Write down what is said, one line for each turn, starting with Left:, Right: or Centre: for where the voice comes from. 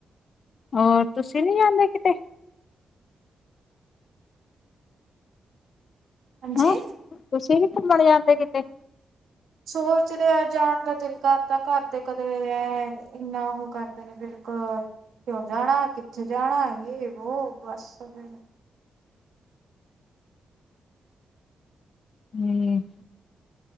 Left: ਹੋਰ, ਤੁਸੀਂ ਨੀ ਜਾਂਦੇ ਕਿਤੇ?
Right: ਹਾਂਜੀ
Left: ਹਾਂ, ਤੁਸੀਂ ਨੀ ਘੁੰਮਣ ਜਾਂਦੇ ਕਿਤੇ?
Right: ਸੋਚਦੇ ਆ, ਜਾਣ ਦਾ ਦਿਲ ਕਰਦਾ। ਘਰਦੇ, ਕਦੇ ਇੰਨਾ ਉਹ ਕਰਦੇ ਨੇ ਫੇਰ ਕਿਉਂ ਜਾਣਾ ਕਿੱਥੇ, ਜਾਣਾ, ਯੇ, ਵੋ ਬਸ ਫਿਰ।
Left: ਹੂੰ